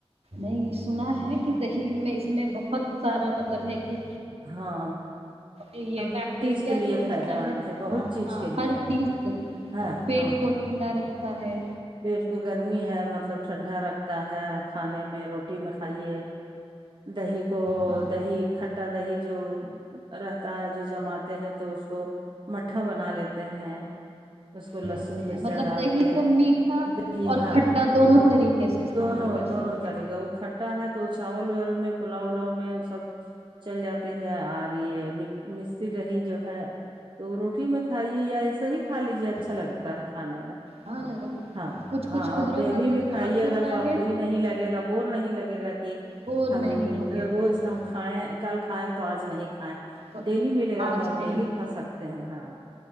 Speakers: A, on the right; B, on the right.
A: نہیں سنا ہے کہ دہی میں اس میں بہت سارا مطلب ہے کہ
B: ہاں
A: یہ
B: ہر
A: بیکٹیریا
B: چیز کے لیے
A: جو رہتا
B: فائدہ مند
A: ہے
B: بہت
A: ہ
B: چیز
A: ہاں
B: کے لیے
A: ہر چیز سے
B: ہاں
A: پیٹ
B: ہاں
A: کو ٹھنڈا رکھ چے
B: پیٹ کو گرمی ہے مطلب ٹھنڈا رکھتا ہے کھانے میں رو رٹی میں کھائیے دہی کو
A: سانس
B: دہی کھٹا دہی جو رہتا ہے جو جماتے ہیں تو اس کو مٹھا بنا لیتے ہیں اس کو لہسن
A: لیتے ہیں
B: مرچا
A: مطلب
B: ڈال
A: دہی
B: کے
A: کو میٹھا
B: دہیہ
A: اور کھٹا دونوں طریقے سے استعمال
B: دونوں
A: کر
B: دونوں
A: سکتے
B: طر کا وہ کھٹا ہے تو چاول پلاؤ الاؤ میں سب چل جاتے ہے اور یہ مستری رہی جو ہے تو روٹی میں کھائیے یا ایسا ہی
A: ہیں
B: کھا لیجے اچھا لگتا ہے کھانے میں
A: ہاں
B: ہاں
A: کچھ
B: ہاں
A: کچھ
B: آپ
A: گھروں
B: ڈیلی
A: کا تو
B: بھی
A: رواج
B: کھائیے
A: ہوتا
B: گا تو آپ
A: ہے
B: کوئی نہیں لگے گا بور نہیں لگے گا کہ
A: وہ نہیں
B: ہم
A: ہوں گے دہی
B: روز ہم کھائیں کل کھیں تو آج نہیں کھائےیں
A: تو
B: ڈیلی ملے گا
A: آج
B: تو آپ
A: نہیں
B: ڈیلی کھا سکتے ہیں ہاں